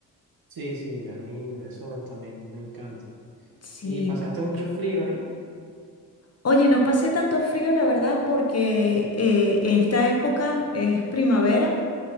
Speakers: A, on the right (about 60°); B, on the left (about 35°).
A: Sí, sí, a mí eso también me encanta.
B: Sí.
A: ¿Y pasaste mucho frío ahí?
B: Oye, no pasé tanto frío, la verdad, porque eh, en esta época es primavera.